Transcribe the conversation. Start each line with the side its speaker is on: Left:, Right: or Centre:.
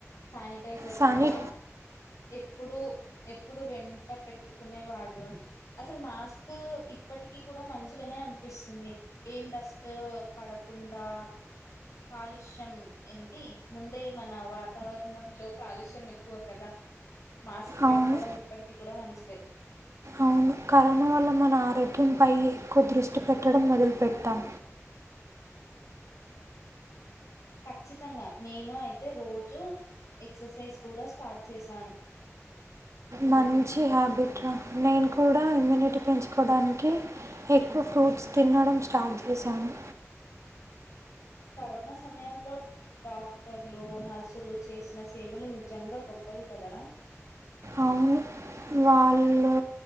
Left: శానిటైజర్
Right: సాని
Left: కూడా ఎప్పుడు ఎప్పుడు వెంట పెట్టుకునే వాడలం అసలు మాస్క్ ఇప్పటికీ కూడా మంచిగానే అనిపిస్తుంది ఏం డస్ట్ పడ తకుండా కాలుష్యం ఏంటి ముందే మన వాతావరణంలో కాలుష్యం ఎక్కువ కదా మాస్క్ పెట్టుకోవడం
Right: అవును
Left: ఇప్పటికీ కూడా మంచిదే
Right: అవును కరోనా వల్ల మన ఆరోగ్యంపై ఎక్కువ దృష్టి పెట్టడం మొదలుపెట్టాం
Left: ఖచ్చితంగా నేను అయితే రోజూ ఎక్సర్సైజ్ కూడా స్టార్ట్ చేశాను
Right: మంచి హ్యాబిట్ రా నేను కూడా ఇమ్యూనిటీ పెంచుకోవడానికి ఎక్కువ ఫ్రూట్స్ తినడం స్టార్ట్ చేశాను
Left: కరోనా సమయంలో డాక్టర్లు నర్సులు చేసిన సేవలు నిజంగా గొప్పవి కదరా
Right: అవును వాళ్ళు